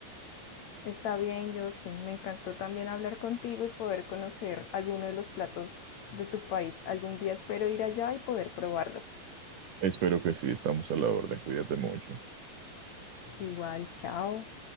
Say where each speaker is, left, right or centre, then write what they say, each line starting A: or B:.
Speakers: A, on the left; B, on the right.
A: Está bien, Justin. Me encantó también hablar contigo y poder conocer alguno de los platos de tu país. Algún día espero ir allá y poder probarlos.
B: Espero que sí, estamos a la orden. Cuídate mucho.
A: Igual, chao.